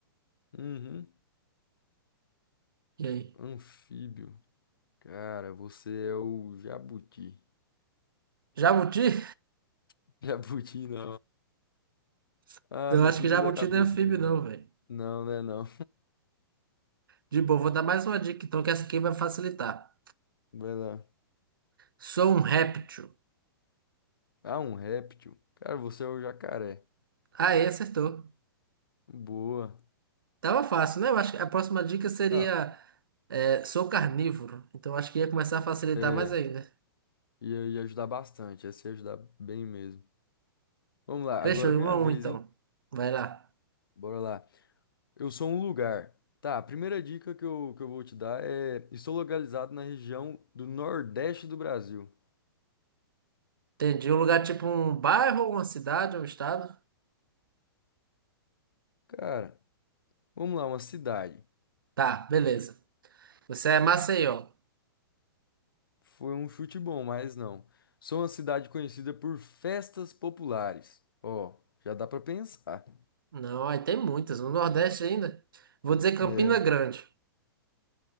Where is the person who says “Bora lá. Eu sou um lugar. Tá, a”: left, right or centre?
Left